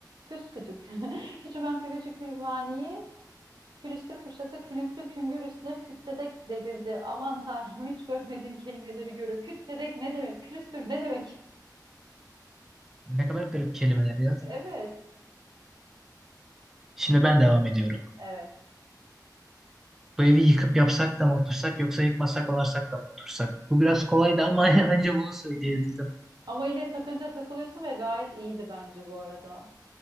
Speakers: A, on the right; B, in the centre.
A: küs kütük. <laughs> Küçümen küfeci külhaniyi külüstür kürşatı külünklü küngür üstüne küttedek devirdi. Aman tanrım hiç görmediğim kelimeleri görüyorum. Küttedek ne demek? Külüstür ne demek?
B: Ne kadar garip kelimeler ya.
A: Evet.
B: Şimdi ben devam ediyorum.
A: Evet.
B: Bu evi yıkıp yapsak da mı otursak yoksa yıkmasak onarsak da mı otursak? Bu biraz kolaydı ama <laughs> ancak bunu söyleyebildim.
A: Ama yine takınca takılıyorsun ve gayet iyiydi bence bu arada.